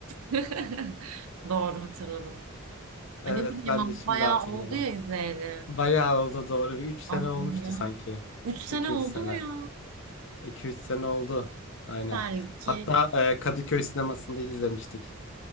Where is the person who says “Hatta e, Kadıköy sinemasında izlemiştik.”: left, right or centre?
Left